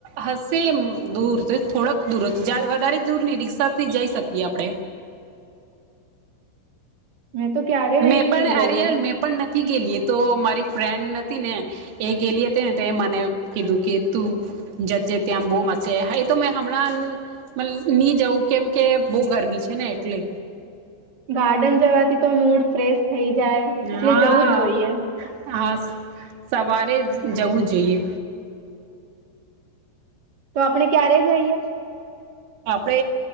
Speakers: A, on the right; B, on the right.
A: હશેમ દૂર થોડક દૂર વધારે દૂર નહી રિક્ષાથી જઈ શકીએ આપડે
B: મેં તો ક્યારે નહી
A: મેં પણ
B: ગઈ
A: અરે યાર મેં પણ ન થી ગેલી એ તો મારી ફ્રેન્ડ નથી ને એ ગેલી હતી ને મને કીધું કે તું જજે ત્યાં બહુ મસ્ત છે એતો મેં હમણાં નહી જવું કેમ કે બહુ ગરમી છે ને એટલે
B: ગાર્ડન જવાથી તો મૂડ ફ્રેશ થઈ જાય એટલે
A: હા
B: જવું જ જોઈએ
A: હ સવારે જવું જોઈએ
B: તો આપણે ક્યારે જઈએ
A: આપડે